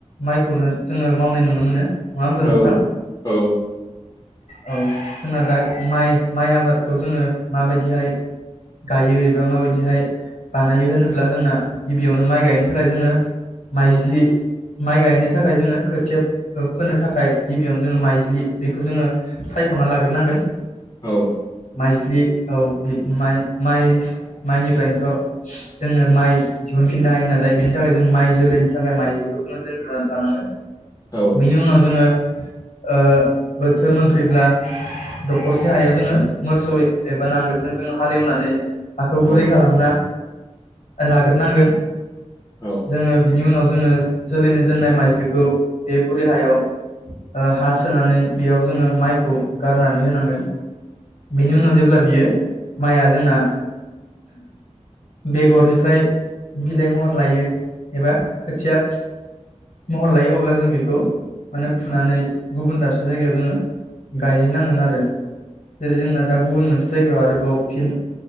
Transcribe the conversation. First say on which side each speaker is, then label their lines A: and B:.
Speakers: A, on the left; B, on the left.
A: माइखौनो जोङो मावनाय नुनो मोनो। होमब्ला नोंथां
B: औ औ।
A: औ जोंना दा माइ माइ आबादखौ जोङो माबायदिहाय गायो एबा माबायदिहाय बानायो होनोब्ला जोंना गिबियावनो माइ गायनो थाखाय जोङो माइज्लि माइ गायनो थाखाय जोङो खोथिया फोनो थाखाय गिबियावनो जोङो माइज्लि बेखो जोङो सायख'ना लागोरनांगोन।
B: औ।
A: माइज्लि औ माइ माइ माइनिफ्रायनोथ' जोङो माइ दिहुनफिननो हायो नालाय बिनि थाखाय जों माइ जोलैनि थाखाय माइज्लिखौ जोङो दोनग्रोनानै लानांगोन।
B: औ
A: बेनि उनाव जोङो ओ बो थोर मोनफैब्ला दखरसे हायाव जोङो मोसौ एबा नांगोलजों जोङो हालेवनानै हाखौ गुरै
B: औ
A: खालामना लाग्रोनांगोन
B: औ
A: जोङो बिनि उनाव जोङो जोलैनि दोननाय माइजखौ बे गुरि हायाव हा सोनानै बेयाव जोङो माइखौ गारनानै होनांगोन बेनि उनाव जेब्ला बियो माइआ जोंना बेगरनिफ्राय बिलाइ महर लायो एबा खोथिया महर लायो अब्ला जों बेखौ माने फुनानै गुबुन दाबसे जायगायाव जोङो गायहैनांगोन आरो जेरै जोंना दा गुबुन मोनसे जायगायाव आरोबाव। फिन